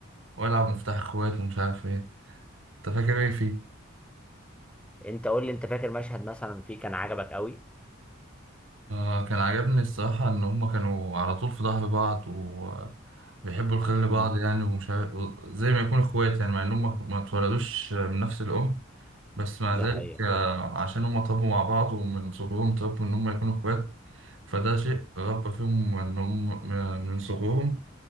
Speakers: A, on the right; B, in the centre.
A: ولع مفتاح اخوات ومش عارف ايه انت فاكر ايه فيه
B: انت قول لي انت فاكر مشهد مثلا فيه كان عجبك قوي
A: آه كان عجبني الصراحه ان هما كانوا على طول في ظهر بعض وبيحبوا الخير لبعض
B: امم
A: يعني ومش عارف زي ما يكونوا اخوات يعني مع ان هما ما اتولدوش من نفس الام بس مع
B: ده
A: ذلك
B: حقيقة
A: آه
B: فعلا
A: عشان هما طابوا مع بعض ومن صغرهم طابوا ان هما يكونوا اخوات فده شيء ربى فيهم ان هم من صغرهم